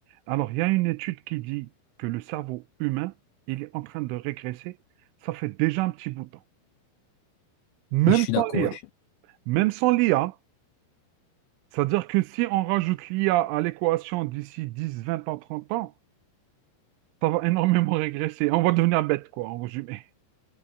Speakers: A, on the right; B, on the left.
A: Alors, il y a une étude qui dit que le cerveau humain, il est en train de régresser. Ça fait déjà un petit bout de temps. Même
B: Et je suis
A: sans
B: d'accord.
A: l'IA.
B: je-
A: Même sans l'IA, c'est-à-dire que si on rajoute l'IA à l'équation d'ici 10, 20 ans, 30 ans, ça va énormément régresser. On va devenir bête, quoi, en résumé.